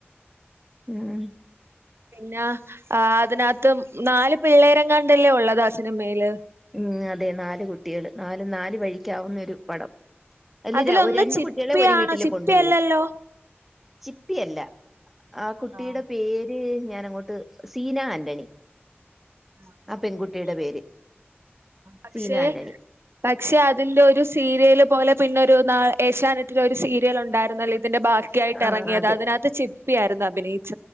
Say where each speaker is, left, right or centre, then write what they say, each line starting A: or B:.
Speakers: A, in the centre; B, on the right.
A: മ്
B: പിന്നെ ആ അതിനത്ത് മ് നാല് പിള്ളേരങ്ങാണ്ട് അല്ലെഒളളത് ആ സിനിമേൽ
A: മ് അതെ നാല് കുട്ടികൾ നാലും നാൽ വഴിക്ക് ആകുന്ന ഒരു പടം അല്ല
B: അതിലൊന്ന്
A: ര ഒ ഒരണ്ടുക്കുട്ടികളെ
B: ചിപ്പിയാണോ
A: ഒരു വീട്ടിൽ
B: ചിപ്പിയല്ലല്ലോ
A: കൊണ്ട് പോവും ചിപ്പിയല്ല ആ കുട്ടിയുടെ
B: ആഹ്
A: പേ ര് ഞാൻ അങ്ങോട്ട് സീന ആന്റണി
B: ആഹ്
A: ആ
B: ആഹ്
A: പെൺകുട്ടിടെ പേര്
B: പക്ഷെ
A: സീന ആന്റണി.
B: പക്ഷെ അതിന്റെ ഒരു സീരിയ ൽപോലെ പിന്നെ ഒരു നാ ഏഷ്യാനെറ്റിൽ ഒരു സീരിയൽ ഉണ്ടായിരുന്നെല്ലോ ഇ ഇതിന്റെ ബാക്കിയായിട്ടെറങ്ങിയത്
A: ആ അതെ.
B: അതിനത്ത് ചി പ്പി ആയിരുന്നു അഭിനയിച്ച